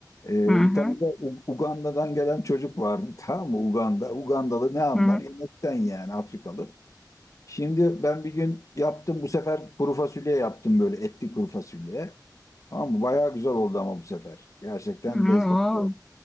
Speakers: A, on the left; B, in the centre.
A: Ee,
B: hı hı
A: bir tane de U- Uganda'dan gelen çocuk vardı <laughs> tamam mı? Uganda. Ugandalı ne anlar?
B: hı
A: Yemekten yani Afrikalı. Şimdi ben bir gün yaptım bu sefer kuru fasulye yaptım böyle etli kuru fasulye. Tamam mı? Bayağı güzel oldu ama bu sefer. Gerçekten
B: hı
A: lezzetli
B: oo,
A: oldu.